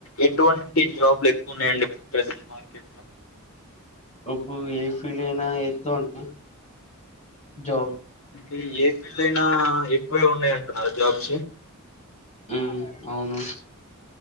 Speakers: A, on the left (about 70°); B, on the left (about 30°).
A: ఎటువంటి జాబ్లు ఎక్కువన్నాయండి ఇప్పుడు ప్రజెంట్ మార్కెట్ లో
B: ఇప్పుడు ఏ ఫీల్డ్ అయినా ఎస్తన్నా జాబ్
A: ఇది ఏ ఫిల్లు అయినా ఎక్కువే ఉన్నాయి అంటున్నారు జాబ్స్
B: మ్మ్ అవును